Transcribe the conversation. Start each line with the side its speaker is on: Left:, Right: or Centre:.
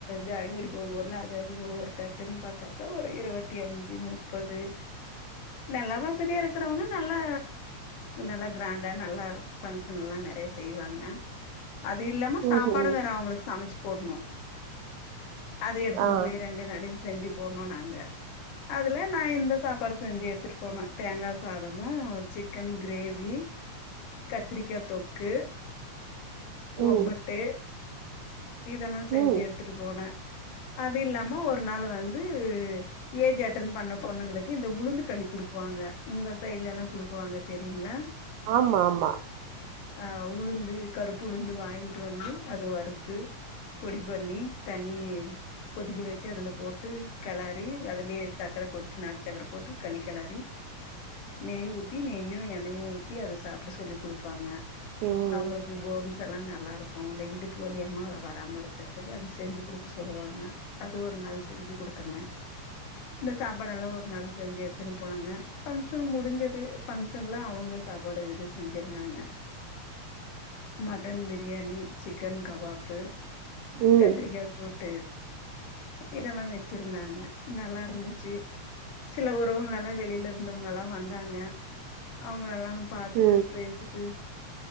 Left: ஜாங்கிரி இப்போ ஒன்னு அது அது ஒவ்வொருத் தட்டுன் பாத்தாக்கா ஒரு இருவத்தி அஞ்சு முப்பது நல்லா வசதியா இருக்கிறவங்க நல்லா நல்லா கிராண்டா நல்லா ஃபங்க்ஷனல்லா நெறய செய்வாங்க அது இல்லாம சாப்பாடு
Right: ம்ஹும்
Left: வேற அவுங்களுக் சமச்சு போட்ணு அத எடுத்துனு
Right: ஆ
Left: போய் ரெண்டு நாளைக்கு செஞ்சு போட்னு நாங்க அதுல நா இந்த சாப்பாடு செஞ்சு எடுத்துட்டு போன தேங்கா சாதமு சிக்கன் கிரேவி கத்திரிக்கா தொக்கு ஒப்பட்டு
Right: ம்
Left: இதெல்லா செஞ்சு
Right: ம்
Left: எடுத்துட்டு போனே அது இல்லாம ஒரு நாள் வந்து ஏஜி அட்டன் பண்ண பொண்ணுங்களுக்கு இந்த உளுந்து களி குடுக்குவாங்க உங்க சைட்லெல்லா குடுக்குவாங்க தெரியுங்ளா
Right: ஆமா ஆமா
Left: ஆ உளுந்து கருப்பு உளுந்து வாங்கிட்டு வந்து அது வறுத்து பொடி பண்ணி தண்ணி கொதிக்க வெச்சு அதுல போட்டு கெளரி அதுலியே சக்கர கொட் நாட்டு சக்கர போட்டு களி கெளரி நெய் ஊத்தி நெய்யு எண்ணெயு ஊத்தி அத சாப்பிட சொல்லி குடுப்பாங்க
Right: ம்
Left: அவுங்களுக்கு போன்ஸெல்லா நல்லா இருக்கு அந்த இடுப்பு வலியம்மா வராம இருக்கறதுக்கு அது செஞ்சு குடுக்க சொல்லுவாங்க அது ஒரு நாள் செஞ்சு குடுத்தங்க இந்த சாப்பாடெல்லா ஒரு நாள் செஞ்சு எடுத்துனு போனேங்க ஃபங்க்ஷன் முடிஞ்சது ஃபங்க்ஷன்ல அவுங்க சாப்பாடு இது செஞ்சிருந்தாங்க மட்டன் பிரியாணி சிக்கன் கவாப்பு
Right: ம்
Left: கத்திரிக்கா கூட்டு இதெல்லா வெச்சிருந்தாங்க நல்லா இருந்துச்சு சில உறவுங்லலா வெளில இருந்தவங்கலா வந்தாங்க அவங்கலெலா பாத்துட்டு
Right: ம்
Left: பேசிட்டு